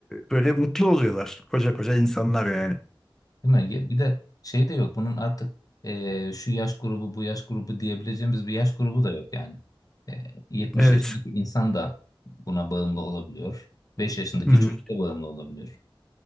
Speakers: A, in the centre; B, on the left.
A: böyle mutlu oluyorlar. Koca koca insanlar yani.
B: Değil mi? Ya Bir de şey de yok. Bunun artık eee, şu yaş grubu, bu yaş grubu diyebileceğimiz bir yaş grubu da yok yani. Eee, 70
A: Evet.
B: yaşındaki insan da buna bağımlı olabiliyor. 5 yaşındaki
A: Hı hı.
B: çocuk da bağımlı olabiliyor.